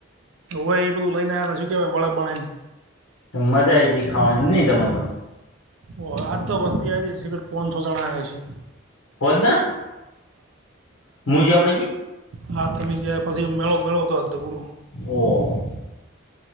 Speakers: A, on the right; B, on the left.
A: હોય એ બધું લઈને આવ્યા હતા શું કેવાય વળા બનાઈ ને
B: તો મજા આઈ જી ખાવાની નહી તમા તો
A: ઓ આજ તો બસ્તી આવી તી પાચસો જણા આયા હશી
B: હોજ ના હું જ્યા પછી
A: હા તમે જ્યા પછી મેળો મેળો તો અધપૂરુ
B: ઓ